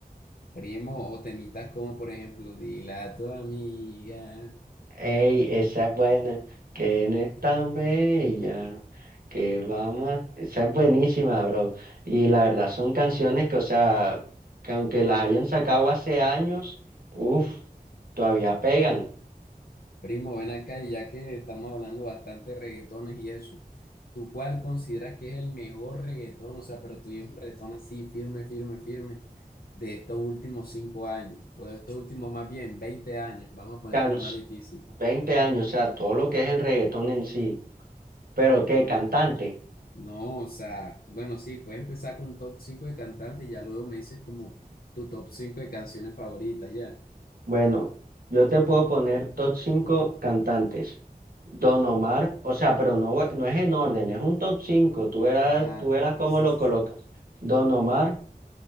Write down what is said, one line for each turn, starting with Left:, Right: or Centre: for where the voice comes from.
Left: primo, o temitas como, por ejemplo, dile a tu amiga,
Right: Ey, esa es buena, que no es tan bella, que vamos a... Esa es buenísima, bro. Y la verdad son canciones que, o sea, que aunque las hayan sacado hace años, uff. todavía pegan.
Left: Primo, ven acá, y ya que estamos hablando bastante de reggaetones y eso, ¿tú cuál consideras que es el mejor reggaetón? O sea, pero tú dices un reggaetón así, firme, firme, firme, de estos últimos cinco años, o de estos últimos más bien 20 años, vamos a ponerte
Right: Can
Left: la más difícil.
Right: 20 años, o sea, todo lo que es el reggaetón en sí. Pero qué cantante.
Left: No, o sea, bueno, sí, puedes empezar con un top 5 de cantantes y ya luego me dices como tu top 5 de canciones favoritas, ya.
Right: Bueno, yo te puedo poner top 5 cantantes. Don Omar, o sea, pero no, voy- no es en orden, es un top cinco Tú verás,
Left: Ajá,
Right: tú verás
Left: no,
Right: cómo
Left: sí,
Right: lo
Left: sí,
Right: colocas.
Left: sí,
Right: Don Omar,